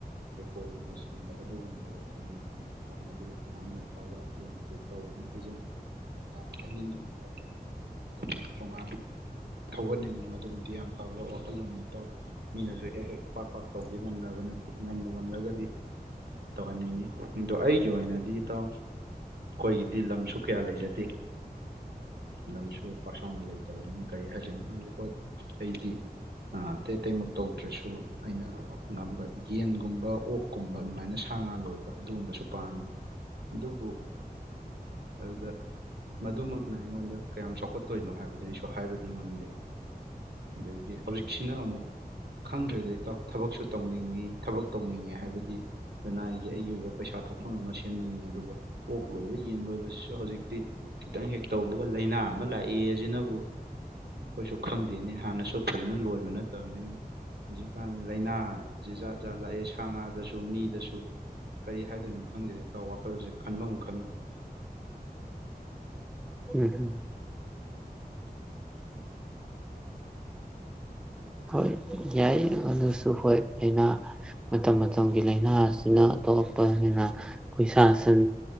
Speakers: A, on the right; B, in the centre.
A: ꯂꯩꯩꯀꯣꯜꯒꯨꯝꯕ ꯁꯦꯝꯕ ꯑꯗꯨꯒꯨꯝꯕ ꯑꯣꯏꯅꯗꯤ ꯃꯗꯨ ꯌꯥꯝꯅ ꯐꯕ ꯑꯩꯅꯁꯨ ꯇꯧꯕꯅ ꯍꯥꯏꯖꯅꯤꯡ ꯍꯥꯏꯅꯤꯡꯉꯤꯥꯎꯗ ꯑꯩꯒꯤ ꯊꯧꯅꯥ ꯊꯧꯒꯠꯅꯤꯡꯉꯤ ꯃꯗꯨꯃꯗꯤ ꯌꯥꯝ ꯐꯕ ꯋꯥꯈꯜꯂꯣꯟꯅꯤ ꯇꯧ ꯃꯤꯅꯁꯨ ꯍꯦꯛ ꯍꯦꯛ ꯄꯥꯛ ꯄꯥꯛ ꯇꯧꯗꯤ ꯉꯝꯅꯕ ꯅ ꯅꯝꯕ ꯉꯝꯂꯒꯗꯤ ꯇꯧꯍꯟꯅꯤꯡꯉꯤ ꯑꯗꯣ ꯑꯩꯒꯤ ꯑꯣꯏꯅꯗꯤ ꯇꯧ ꯑꯩꯈꯣꯏꯒꯤꯗꯤ ꯂꯝꯁꯨ ꯀꯌꯥ ꯂꯩꯖꯗꯦ ꯂꯝꯁꯨ ꯄꯥꯛꯁꯥꯎꯅ ꯂꯩꯇꯕꯅꯤꯅ ꯀꯔꯤ ꯍꯥꯏꯗꯣꯏꯅꯣ ꯈꯪꯗꯦ ꯍꯣꯏ ꯑꯩꯗꯤ ꯑꯇꯩ ꯑꯇꯩꯃꯛ ꯇꯧꯗ꯭ꯔꯁꯨ ꯑꯩꯅ ꯉꯝꯕ ꯌꯦꯟꯒꯨꯝꯕ ꯑꯣꯛꯀꯨꯝꯕ ꯑꯗꯨꯃꯥꯏꯅ ꯁꯥ ꯉꯥ ꯂꯣꯏꯕ ꯑꯗꯨꯒꯨꯝꯕꯁꯨ ꯄꯥꯝꯃꯤ ꯑꯗꯨꯕꯨ ꯑꯗꯨꯗ ꯃꯗꯨꯃꯛꯅ ꯑꯩꯉꯣꯟꯗ ꯀꯌꯥꯝ ꯆꯥꯎꯈꯠꯇꯣꯏꯅꯣ ꯍꯥꯏꯕꯗꯤ ꯑꯩꯁꯨ ꯍꯥꯏꯕꯗ ꯗꯤ ꯉꯝꯗꯦ ꯑꯗꯒꯤ ꯍꯧꯖꯤꯛꯁꯤꯅ ꯑꯃꯨꯛ ꯈꯪꯗ꯭ꯔꯦꯗꯩ ꯇ ꯊꯕꯛꯁꯨ ꯇꯧꯅꯤꯡꯉꯤ ꯊꯕꯛ ꯇꯧꯅꯤꯡꯉꯦ ꯍꯥꯏꯕꯗꯤ ꯂꯅꯥꯏꯒꯤ ꯑꯩꯒꯤ ꯑꯣꯏꯕ ꯄꯩꯁꯥ ꯊꯣꯛꯐꯝ ꯑꯃ ꯁꯦꯝꯅꯤꯡꯉꯤ ꯑꯗꯨꯒ ꯑꯣꯛ ꯂꯣꯏꯕ ꯌꯦꯟ ꯂꯣꯏꯕꯁꯤꯁꯨ ꯍꯧꯖꯤꯛ ꯈꯤꯇꯪ ꯍꯦꯛ ꯇꯧꯕꯒ ꯂꯥꯏꯅꯥ ꯑꯃ ꯂꯥꯛꯏ ꯑꯁꯤꯅꯕꯨ ꯑꯩꯈꯣꯏꯁꯨ ꯈꯪꯗꯦꯅꯤ ꯍꯥꯟꯅꯁꯨ ꯐꯖꯅ ꯂꯣꯏꯕ ꯅꯠꯇꯕꯅꯤꯅ ꯍꯧꯖꯤꯛꯀꯥꯟꯗ ꯂꯥꯏꯅꯥ ꯖꯤ ꯖꯥꯠ ꯖꯥꯠ ꯂꯥꯛꯑꯦ ꯁꯥ ꯉꯥꯗꯁꯨ ꯃꯤꯗꯁꯨ ꯀꯔꯤ ꯍꯥꯏꯗꯣꯏꯅꯣ ꯈꯪꯗꯦꯗ ꯇꯥꯎ ꯋꯥꯈꯜꯁꯦ ꯈꯟꯐꯝ ꯈꯪꯗꯦ
B: ꯎꯝ ꯍꯝ ꯍꯣꯏ ꯌꯥꯏ ꯑꯗꯨꯁꯨ ꯍꯣꯏ ꯂꯥꯏꯅꯥ ꯃꯇꯝ ꯃꯇꯝꯒꯤ ꯂꯥꯏꯅꯥ ꯑꯁꯤꯅ ꯊꯣꯛꯣꯂꯛꯄꯅꯤꯅ ꯑꯩꯈꯣꯏ ꯁꯥ ꯁꯟ